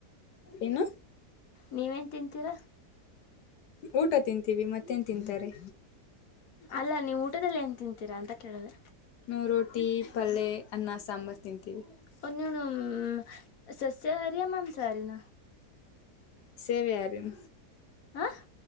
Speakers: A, on the left; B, on the left.
A: ಏನು?
B: ನೀವೇನ್ ತಿಂತೀರಾ.
A: ಊಟ ತಿಂತೀವಿ ಮತ್ತೇನ್ ತಿಂತಾರೆ.
B: ಅಲ್ಲಾ ನೀವ್ ಊಟದಲ್ಲಿ ಏನ್ ತಿಂತೀರಾ ಅಂತ ಕೇಳ್ದೆ.
A: ನಾವ್ ರೋಟಿ ಪಲ್ಲೆ ಅನ್ನ ಸಾಂಬಾರ್. ತಿಂತೀವಿ
B: ಅನ್ಯನಂ. ಹ್ಮ್ ಸಸ್ಯಹಾರಿಯ ಮಾಂಸಾಹಾರಿನ.
A: ಸೇವೆಯಾರಿಂ.
B: ಹಾ